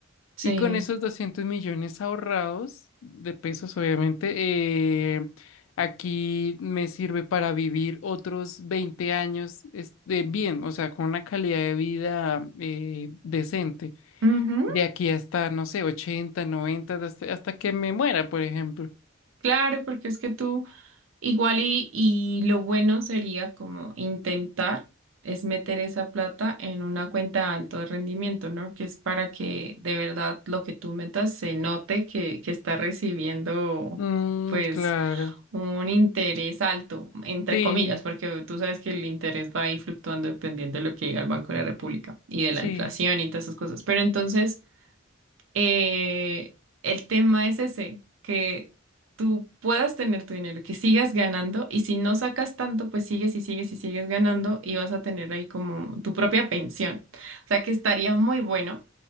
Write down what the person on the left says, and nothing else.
Y con esos 200 millones ahorrados de pesos, obviamente, eh, aquí me sirve para vivir otros 20 años este, bien, o sea, con una calidad de vida eh, decente.
De aquí hasta, no sé, 80 90 hasta, hasta que me muera, por ejemplo.
Mm,
claro.
Sí,
sí,